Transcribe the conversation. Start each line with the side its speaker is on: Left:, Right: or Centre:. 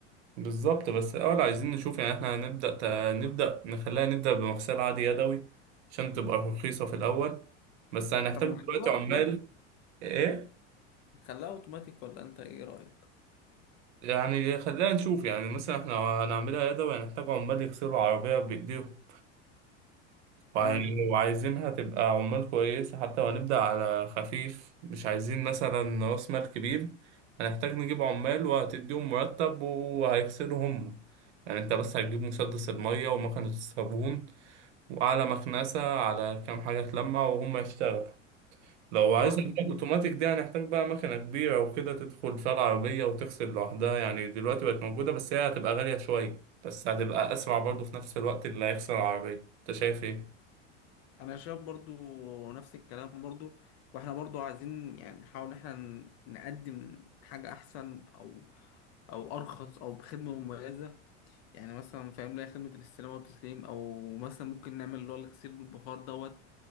Right: بالظبط بس الاول عايزين نشوف يعني احنا هنبدأ تا- نبدأ نخليها نبدأ بمغسلة عادي يدوي عشان تبقى رخيصة في الاول بس هنحتاج
Left: طب ما
Right: دلوقتي
Left: نخليها اوتوماتيك
Right: عمال ايه
Left: نخليها اوتوماتيك ولا انت ايه رأيك
Right: يعني خلينا نشوف يعني مثلا احنا هنعملها يدوي هنحتاج عمال يغسلوا العربية بإيديهم وعاي-
Left: تمام
Right: وعايزينها تبقى عمال كويسة حتى وهنبدأ على خفيف مش عايزين مثلا رأس مال كبير هنحتاج نجيب عمال وهتديهم مرتب وهيغسلوا هم يعني انت بس هتجيب مسدس المية ومكنة الصابون وعلى مكنسة على كام حاجة تلمع وهم يشتغلوا لو
Left: خلاص
Right: عايز أجيب
Left: تمام.
Right: اوتوماتيك دي هنحتاج بقى مكنة كبيرة وكده تدخل فيها العربية وتغسل لوحدها يعني دلوقتي بقت موجودة بس هي هتبقى غالية شوية بس هتبقى أسرع برضه في نفس الوقت اللي هيغسل العربية أنت شايف إيه؟
Left: انا شايف برضو نفس الكلام برضو واحنا برضو عايزين يعني نحاول ان احنا ن- نقدم حاجة احسن او او ارخص او بخدمة مميزة يعني مثلا فاهم لها خدمة الاستلام والتسليم او مثلا ممكن نعمل اللي هو الغسيل بالبخار دوت